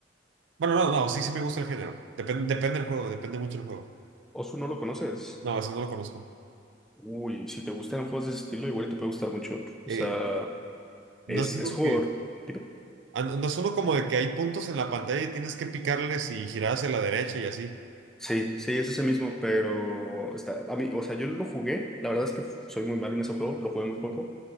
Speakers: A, on the right; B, in the centre.
A: Bueno, no, no, sí, sí me gusta el género. Depende, depende del juego, depende mucho del juego.
B: Osu no lo conoces.
A: No, eso no lo conozco.
B: Uy, si te gustan juegos de ese estilo, igual te puede gustar mucho.
A: Eh,
B: O sea...
A: no
B: Es,
A: es uno
B: es jugador.
A: que...
B: Dime.
A: ah, No no es uno como de que hay puntos en la pantalla y tienes que picarles y girar hacia la derecha y así.
B: Sí, sí, es ese mismo, pero está, a mí, o sea, yo lo jugué, la verdad es que soy muy malo en ese juego, lo jugué muy poco,